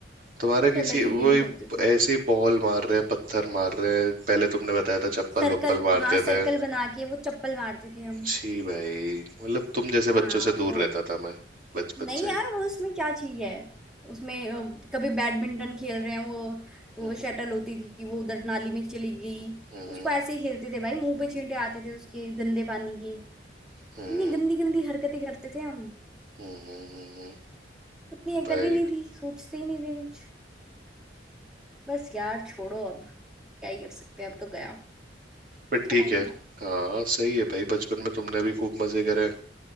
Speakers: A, on the right; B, in the centre.
A: तुम्हारा किसी
B: अलग ही
A: वही
B: गेम्स होते थे
A: ऐसे ही बॉल मार रहे हैं पत्थर मार रहे हैं पहले तुमने बताया था चप्पल
B: सर्कल
A: वप्पल मारते
B: हाँ सर्कल
A: थे
B: बना के वो चप्पल मारते थे हम
A: छी भाई मतलब तुम जैसे
B: हाँ
A: बच्चों से दूर
B: वो
A: रहता था मैं बचपन
B: नहीं
A: से
B: यार
A: ही।
B: वो उसमें क्या चीज है उसमें अ, कभी बैडमिंटन खेल रहे हैं वो वो
A: हम्म
B: शटल होती थी वो उधर नाली में चली गई
A: हम्म
B: उसको ऐसे ही खेलते थे भाई मुंह पे छींटे आते थे उसके गंदे पानी के इतनी
A: हम्म
B: गंदी गंदी हरकतें करते थे हम
A: हम्म, हम्म, हम्म।
B: उतनी अकल
A: भाई
B: ही नहीं थी सोचते ही नहीं थे कुछ बस यार छोड़ो अब क्या ही कर सकते हैं अब तो गया
A: पर
B: अच्छा
A: ठीक
B: टाइम
A: है
B: था
A: हाँ सही है भाई बचपन में तुमने भी खूब मजे करे हैं,